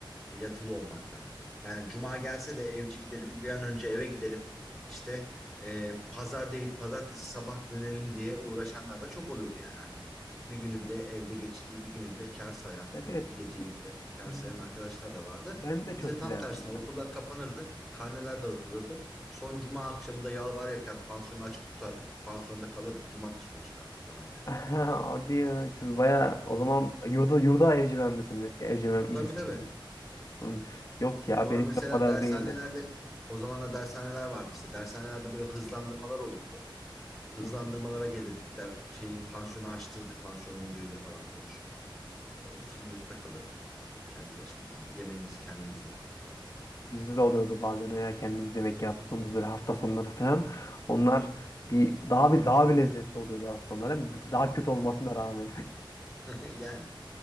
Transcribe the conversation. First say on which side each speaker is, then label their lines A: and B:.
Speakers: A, in the centre; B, on the left.
A: e, yatılı olmaktan. Yani cuma gelse de evci gidelim, bir an önce eve gidelim. İşte e, pazar değil, pazartesi sabah dönelim diye uğraşanlar da çok oluyordu yani. Hani bir günü bile evde geçirdiği bir günü bile kâr sayan,
B: Evet
A: hani
B: evet.
A: bir geceyi bile kâr
B: Biz-
A: sayan arkadaşlar da vardı.
B: Ben de çok
A: Bizde tam
B: giderdim
A: tersine
B: yani.
A: okullar kapanırdı, karneler dağıtılırdı. Son cuma akşamı da yalvar yakar pansiyonu açık tutardık, pansiyonda kalırdık, cumartesi günü çıkardık falan yani.
B: <laughs> Hadi ya siz baya
A: Hı
B: o
A: hı.
B: zaman yurda yurda evcimen misiniz? Evcimen
A: Tabii
B: mis-
A: tabii.
B: Hı. Yok
A: Sonra
B: ya benimki
A: mesela
B: o kadar
A: dershanelerde
B: değildi.
A: o zamanlar dershaneler vardı işte. Dershanelerde böyle hızlandırmalar olurdu. Hızlandırmalara
B: Hı.
A: gelirdik de şeyi pansiyonu açtırdık pansiyon müdürüyle falan konuşup. Of, yurtta kalırdık kendi başımıza. Yemeğimizi kendimiz yapardık falan.
B: Bizde de oluyordu bazen ya kendimiz yemek
A: Hı hı.
B: yaptığımız böyle hafta sonları falan. Onlar bir daha bir daha bir lezzetli oluyordu aslında değil mi? Daha kötü olmasına rağmen.
A: <laughs> Yani.